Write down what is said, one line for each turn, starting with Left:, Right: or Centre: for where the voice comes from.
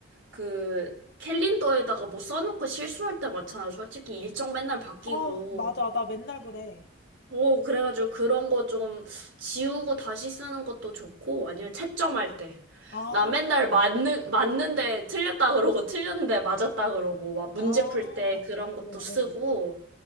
Right: 그 캘린더에다가 뭐 써놓고 실수할 때 많잖아. 솔직히 일정 맨날 바뀌고.
Left: 아, 맞아. 나 맨날 그래.
Right: 오, 그래가지고 그런 거 좀 지우고 다시 쓰는 것도 좋고, 아니면 채점할 때.
Left: 아,
Right: 나 맨날 맞는, 맞는데 틀렸다 그러고, 틀렸는데 맞았다 그러고, 막 문제
Left: 아, 어,
Right: 풀 때 그런 것도
Left: 어.
Right: 쓰고,